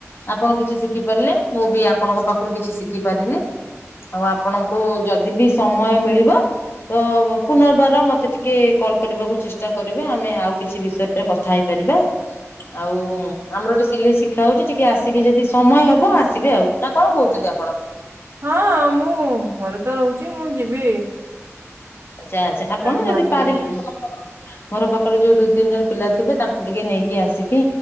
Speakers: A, on the left; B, on the right.
A: ଆପଣ କିଛି ଶିଖି ପାରିଲେ ମୁଁ ବି ଆପଣଙ୍କ ପାଖରୁ କିଛି ଶିଖି ପାରିଲି। ଆଉ ଆପଣଙ୍କୁ ଯଦି ବି ସମୟ ମିଳିବ ତ ପୁନର୍ବାର ମୋତେ ଟିକେ କଲ୍ କରିବାକୁ ଚେଷ୍ଟା କରିବେ ଆମେ ଆଉ କିଛି ବିଷୟରେ କଥା ହେଇପାରିବା। ଆଉ ଆମର ଏଠି ସିଲେଇ ଶିଖା ହଉଛି ଟିକେ ଆସ ଟିକେ ଯଦି ସମୟ ହବ ଆସିବେ ଆଉ ନା କଣ କହୁଛନ୍ତି ଆପଣ?
B: ହଁ ମୁଁ ଘରେ ତ ରହୁଛି ମୁଁ ଯିବି।
A: ଆଚ୍ଛା ଆଚ୍ଛା ଆପଣ
B: ଟାଇମ
A: ଯଦି
B: ବାହାର କରିକି
A: ପାରିବେ
B: ଯିବି
A: <unintelligible> ଘର ପାଖରେ ଯୋଉ ଦୁଇ ତିନି ଜଣ ପିଲା ଥିବେ ତାଙ୍କୁ ଟିକେ ନେଇକି ଆସିକି